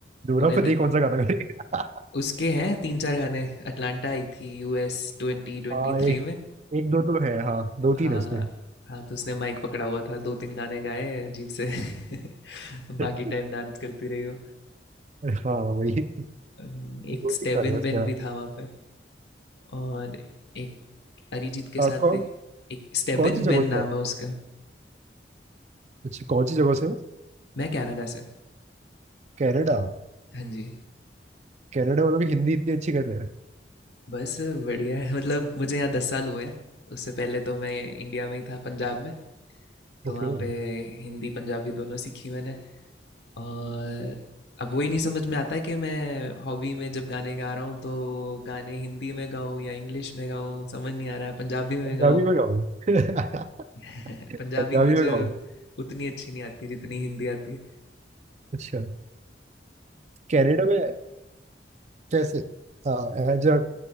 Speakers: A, on the right; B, on the left.
A: दूरा
B: उन्हें
A: फतेह
B: दे-
A: कौन सा गाना गाएगा? <laughs>
B: उसके हैं तीन चार गाने अटलांटा आई थी यूएस ट्वेंटी ट्वेंटी
A: हाँ
B: थ्री
A: एक
B: में
A: एक दो तो है हाँ दो
B: हाँ
A: तीन है उसके
B: हाँ तो उसने माइक पकड़ा हुआ था दो तीन गाने गाए अजीब से <laughs>
A: <laughs>
B: बाकी टाइम डांस करती रही हो
A: हाँ वही
B: अम, एक
A: दो
B: स्टेबिन
A: तीन कर रहे हैं उसके
B: बेन भी था वहाँ पे और एक अरिजीत के
A: हाँ।
B: साथ एक एक स्टेबिन
A: कौन सी जगह
B: बेन
A: से
B: नाम
A: हो? आप?
B: है उसका
A: अच्छा कौन सी जगह से हो
B: मैं कनाडा से
A: कनाडा
B: हाँ जी
A: कनाडा वालों की हिंदी इतनी अच्छी कर रहे हैं
B: बस बढ़िया है मतलब मुझे यहाँ दस साल हुए हैं उससे पहले तो मैं इंडिया में ही था पंजाब में तो
A: ओके
B: वहाँ पे हिंदी पंजाबी दोनों सीखी मैंने और अब वही नहीं समझ में आता कि मैं हॉबी में जब गाने गा रहा हूँ तो गाने हिंदी में गाऊँ या इंग्लिश में गाऊँ समझ नहीं आ रहा है पंजाबी में
A: पंजाबी
B: गाऊँ
A: में गाओ <laughs>
B: <laughs> पंजाबी
A: पंजाबी
B: मुझे
A: में गाओ
B: उतनी अच्छी नहीं आती जितनी हिंदी आती है
A: अच्छा कनाडा में कैसे हाँ, as a